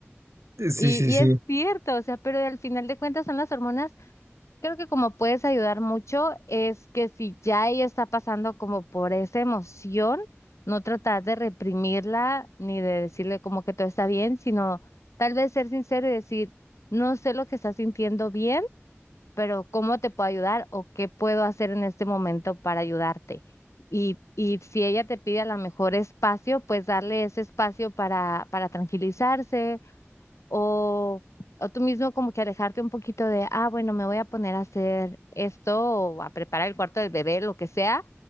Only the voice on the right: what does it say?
Eh, Sí,
sí,
sí,